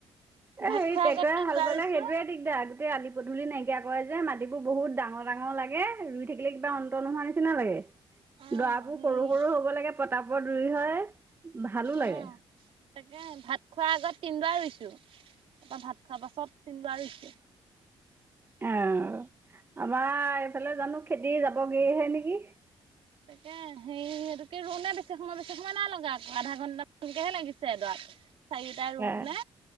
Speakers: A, on the right; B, on the right.
A: এ
B: ভাত
A: হেই
B: খোৱাৰ
A: ট্ৰেক্টৰে
B: আগত তিনবাৰ
A: হাল বালে
B: ৰুইছো
A: সেইটোয়ে দিগদাৰ গোটেই আলি পতি তুলি নাইকিয়া কৰে যে মাটিবোৰ বহুত ডাঙৰ ডাঙৰ লাগে ৰুই থাকিলে কিবা অন্তৰ নোহোৱা নিচিনা লাগে।
B: অ
A: দৱাবোৰ
B: সেই
A: সৰু সৰু হ'ব লাগে পতাপত ৰুই হয়। ভালো লাগে।
B: অ তাকে ভাত খোৱাৰ আগত তিনদোৱা ৰুই তাপা ভাত খোৱা পাছত তিনদোৱা ৰুই
A: অহ আমাৰ এইফালে জানো খেতি যাবগৈহে নেকি
B: তে সেই সেটোকে ৰোওতে বেছি সময় বেছি সময় নালগা আধা ঘণ্টামানকেহে লাগিছে এদৰাত। চাৰিওটাই ৰুই
A: অ',
B: পিনে